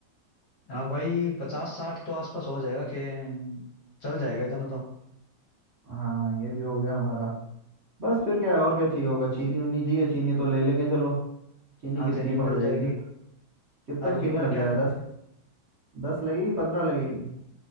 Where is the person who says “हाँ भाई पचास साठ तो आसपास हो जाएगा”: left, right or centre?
Left